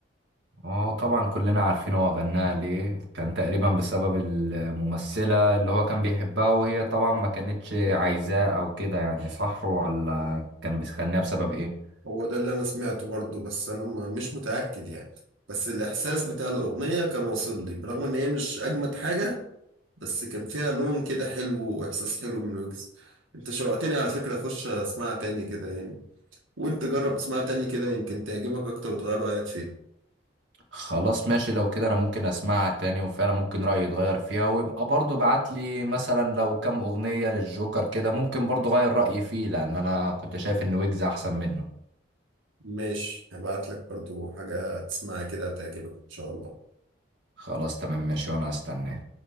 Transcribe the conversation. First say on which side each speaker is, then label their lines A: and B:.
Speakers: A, on the right; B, on the right.
A: اه طبعا كلنا عارفين هو غناها ليه كان تقريبا بسبب الممثلة اللي هو كان بيحبها وهي طبعا ما كانتش عايزاه او كده يعني صح ولا كان بيغنيها بسبب ايه
B: هو ده اللي أنا سمعته برضه بس أنا ما- مش متأكد يعني بس الإحساس بتاع الأغنية كان واصل لي برغم إن هي مش أجمد حاجة بس كان فيها لون كده حلو وإحساس حلو من ويجز أنت شوقتني على فكرة أخش أسمعها تاني كده يعني وأنت جرب تسمعها تاني كده يمكن تعجبك أكتر وتغير رأيك فيها
A: خلاص ماشي لو كده انا ممكن اسمعها تاني وفعلا ممكن رأيي يتغير فيها ويبقى برضو بعت لي مثلا لو كام اغنية للجوكر كده ممكن برضو غير رأيي فيه لان انا كنت شايف ان ويجز احسن منه
B: ماشي هبعت لك برضه حاجة تسمعها كده هتعجبك إن شاء الله
A: خلاص تمام ماشي وانا هستناه